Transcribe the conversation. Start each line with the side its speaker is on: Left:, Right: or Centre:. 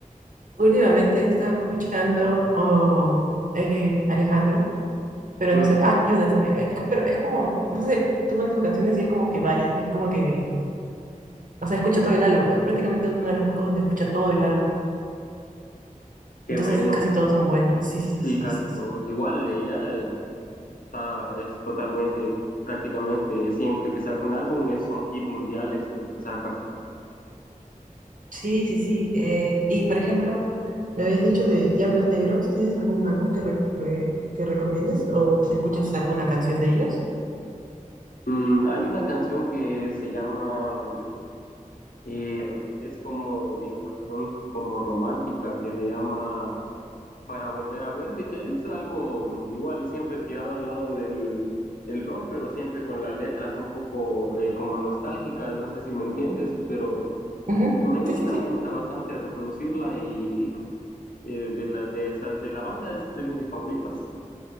Right: Últimamente he estado escuchando... oh, eh, Alejandro. Pero
Left: Mm,
Right: no sé, ah, Judas también. Es- <laughs> pero es como, no sé, tú pones sus canciones y es como que varias, es como que, o sea, escucha todo el álbum, eh, prácticamente uno de los pocos donde escucha todo el álbum.
Left: Qué
Right: Entonces
Left: bueno,
Right: casi
Left: que
Right: todos son buenas. Sí, sí,
Left: sí,
Right: sí,
Left: casi
Right: sí,
Left: todos.
Right: sí.
Left: Igual, ella está, es totalmente, prácticamente siempre que saca un álbum es, son hit mundiales los que saca.
Right: Sí, sí, sí. eh, y por ejemplo, me habías dicho de Diablos Negros, ¿tienes algún álbum que, re- que, que recomiendes o te escuchas alguna canción de ellos?
Left: Mm, hay una canción que se llama, mm, eh, es como, digamos, son como romántica, que se llama para volver a verte, que es algo mm, igual siempre tirado al lado del el rock, pero siempre con las letras un poco eh, como nostálgicas, no sé si me entiendes, pero
Right: Ujú.
Left: me gusta,
Right: Sí, sí, sí.
Left: me gusta bastante reproducirla y eh, de la, de esa, de la banda es de mis favoritas.